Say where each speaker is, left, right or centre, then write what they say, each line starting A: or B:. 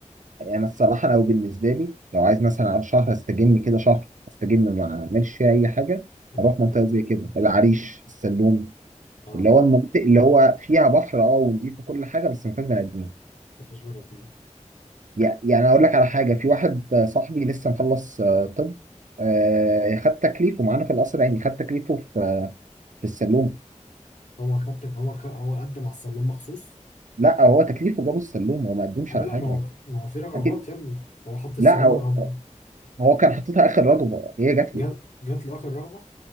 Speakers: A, on the right; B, on the left.
A: يعني الصراحة لو بالنسبة لي لو عايز مثلا على شهر استجم كده شهر استجم ما اعملش فيها أي حاجة
B: اه
A: أروح منطقة زي كده العريش السلوم
B: اه
A: اللي هو المناطق اللي هو فيها بحر أه ونضيف وكل حاجة بس ما فيهاش بني آدمين
B: مفيش بني ادمين
A: يع- يعني أقول لك على حاجة في واحد آه، صاحبي لسه مخلص آه، طب آه، خد تكليفه معانا في القصر يعني خد تكليفه في آه، في السلوم
B: هو خدتك هو خ... هو قدم على السلوم مخصوص
A: لا هو تكليفه جابه السلوم هو ما قدمش
B: ايوه
A: على
B: لا
A: حاجة
B: ما هو ما هو في رغبات
A: أكيد
B: يا ابني هو حط السلوم
A: لا هو
B: رغبة
A: هو كان حاططها آخر رجل هي جات له
B: جات جات له اخر رغبة